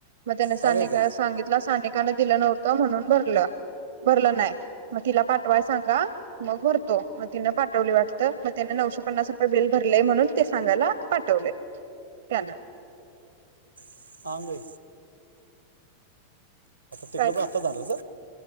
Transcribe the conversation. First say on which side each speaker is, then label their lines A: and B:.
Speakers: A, on the right; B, on the right.
A: म त्यान
B: हा
A: सानिका
B: काय का
A: सांगित तिला सानिकान दिलं नव्हतं म्हणून भरलं. भरलं नाय म तिला पाठवाय सांगा, मग भरतो म तिनं पाठवली वाटतं म त्यान नऊशे पन्नास रुपये बिल भरलय म्हणून ते सांगायला पाठवले त्यान.
B: <inaudible> आता तिकडपण
A: काय ते
B: आताच <inaudible>